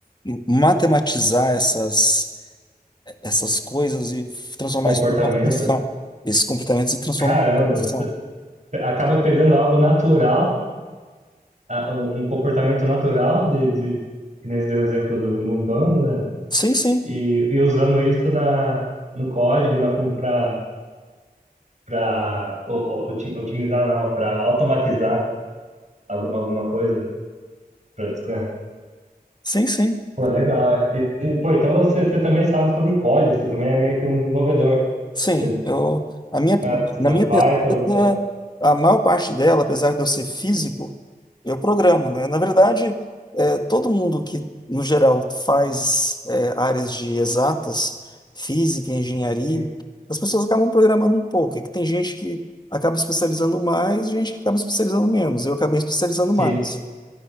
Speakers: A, on the left; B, on the right.
A: matematizar essas, essas coisas e transformar
B: comportamento.
A: isso numa função, esses comportamentos e transformar
B: Caramba.
A: em função.
B: acaba pegando algo natural, a- um, um comportamento natural de, de que nem você deu o exemplo do, do Umbanda, né?
A: Sim, sim,
B: E, e usando isso na, no código, na para para otimizar não, para automatizar algu- alguma coisa. pra des- é.
A: sim, sim,
B: pô, legal, é. E, e, pô, então você, você também sabe sobre código, você também é meio que um desenvolvedor.
A: sim.
B: Você,
A: Eu, a minha,
B: é, porque você
A: na
B: sabe
A: minha
B: Python,
A: pesquisa,
B: você-
A: a maior parte dela, apesar de eu ser físico, eu programo, né? Na verdade, eh, todo mundo que, no geral, faz, eh, áreas de exatas, física, engenharia,
B: sim.
A: as pessoas acabam programando um pouco. É que tem gente que acaba especializando mais, gente que acaba especializando menos. Eu acabei especializando
B: Sim.
A: mais,